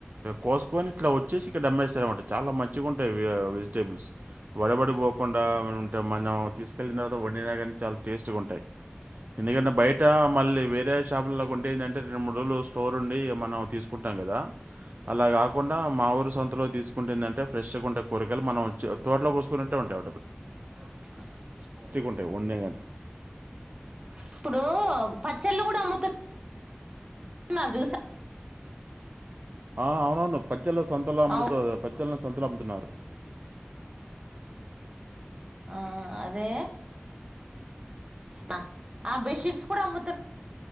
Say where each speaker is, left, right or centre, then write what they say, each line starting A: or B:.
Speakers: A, on the right (about 45°); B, on the right (about 25°).
A: కోసుకొని ఇట్లా వచ్చేసి ఇక్కడమ్మేస్తారనమాట చాలా మంచిగా ఉంటాయి అవి వెజిటేబుల్స్ వడబడి పోకుండాంటే మనం తీసుకెళ్ళిన వండినా కానీ చాలా టేస్ట్ గా ఉంటాయి ఎందుకంటే బయ ట మళ్ళీ వేరే షాపు లో కొంటే ఏంటంటే రెండు మూడు రోలు స్టోర్ ఉండి మనం తీసుకుంటాం కదా అలా కాకుండా మా ఊరు సొంతలో తీసుకుంటేందంటే ఫ్రెష్ గా ఉంటాయి కూరగాయలు మనం తోటలోకో కుంనటే ఉంటయి
B: <unintelligible>
A: ఉండే ఉండే దాని
B: ఇప్పుడు పచ్చళ్ళు కూడా అమ్ముతు న్నారు చూశా
A: ఆ అవును పచ్చళ్ళ సంతలు అమ్ముత
B: మా ఊ
A: పచ్చళ్ని సంతలు అమ్ముతున్నారు
B: ఆ అదే ఆ ఆ బెడ్షీట్స్ కూడా అమ్ముతారు